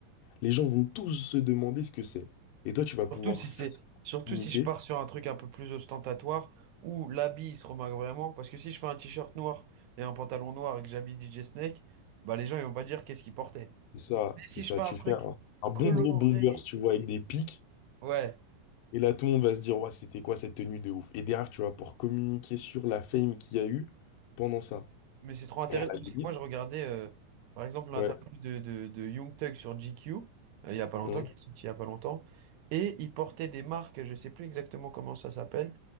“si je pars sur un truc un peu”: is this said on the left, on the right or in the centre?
Right